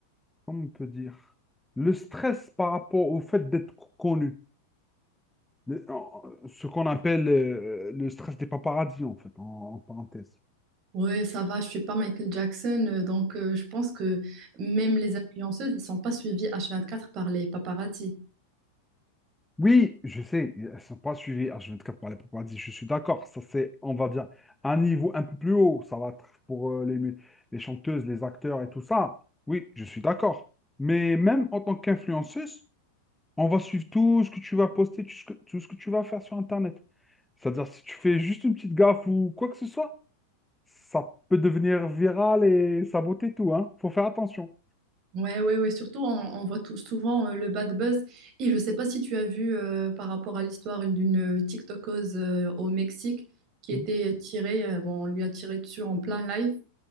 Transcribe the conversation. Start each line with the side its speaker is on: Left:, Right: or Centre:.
Centre: comment on peut dire, le stress par rapport au fait d'être co- connu. Le- en- ce qu'on appelle euh, le stress des paparazzis, en fait, en, en parenthèse.
Right: Oui, ça va, je suis pas Michael Jackson, euh, donc euh, je pense que même les influenceuses, ils sont pas suivis H24 par les paparazzis.
Centre: Oui, je sais, elles sont pas suivies H24 par les paparazzis, je suis d'accord. Ça, c'est, on va dire, un niveau un peu plus haut. Ça va être pour euh, les, mu- les chanteuses, les acteurs et tout ça. Oui, je suis d'accord. Mais même en tant qu'influenceuse, on va suivre tout ce que tu vas poster, tout ce que, tout ce que tu vas faire sur Internet. C'est-à-dire, si tu fais juste une petite gaffe ou quoi que ce soit, ça peut devenir viral et saboter tout, hein. Faut faire attention.
Right: Ouais, ouais, ouais. Surtout, on, on voit tout, souvent euh, le bad buzz. Et je sais pas si tu as vu euh, par rapport à l'histoire d'une TikTokeuse euh, au Mexique qui
Centre: Mm.
Right: était tirée, euh, bon, on lui a tiré dessus en plein live.